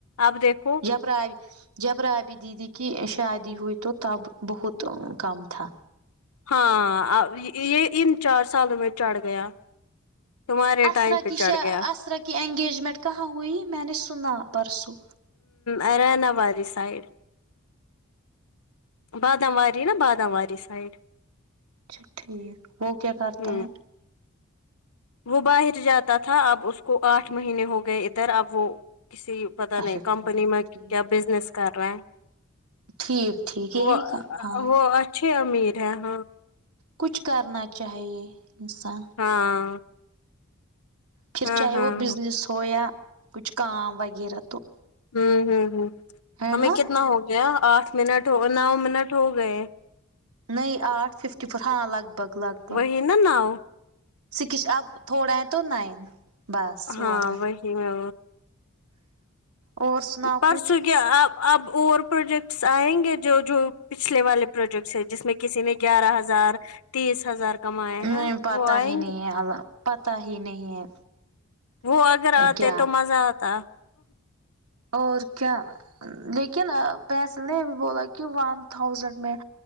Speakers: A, on the left; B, on the right.
A: آپ دیکھ
B: جب رابی جب رابی دیدی کی شادی ہوئی تو تب بہت تو کم تھا
A: ہاں یہ ان چار سالوں میں چڑھ گیا تمہارے
B: اصرا
A: ٹائم پہ
B: کی
A: چڑھ
B: ش
A: گیا
B: اصرا کی اننگیجمنٹ کہاں ہوئی میں نے س نا پرسوں
A: اریانابادی سائڈ بادامواری نا بادامواری سائڈ
B: اچھا ٹھیک وہ کیا کرتا
A: ہ
B: ہے
A: وہ باہر جاتا تھا اب اس کو آٹھ مہینے ہو گئے ادھر اب وہ کسی پتا نہیں
B: اچھا ٹھیک
A: کمپنی میں کیا بزنس کر رہے ہیں
B: ٹھیک ٹھیک یہی
A: وہ
B: کا ہاں
A: وہ اچھے امیر ہے ہاں
B: کچھ کرنا چاہیے انسان
A: ہاں
B: پھر
A: ہاں
B: چاہے
A: ہاں
B: وہ بزنس ہو یا کچھ کام وغیرہ تو
A: ہوں ہوں ہوں
B: ہے
A: ہمیں
B: نا
A: کتنا ہو گیا آٹھ منٹ ہو نو منٹ ہو گئے
B: نئی آٹھ ففٹی پور ہاں لگ بھگ لگ بھگ
A: وہی نا نو
B: سکش اب تھوڑا ہے تو نائن بس س
A: ہاں
B: ون
A: وہی میں
B: اور سناؤ
A: پرسوں
B: کچھ
A: کیا آپ اب اور پروجیکٹس آئیں گے جو جو پچھلے والے پروجیکٹس ہے جس میں کسی نے گیارہ ہزار تیس ہزار کمائے ہیں
B: نہیں پتا
A: وہ آئیں
B: ہی
A: گے
B: نہیں ہے ال پت ہی نہیں ہے
A: وہ اگر آتے
B: کیا
A: تو مزہ آتا
B: اور کیا لیکن پیس نے بولا کیوں ون تھاؤزینڈ میں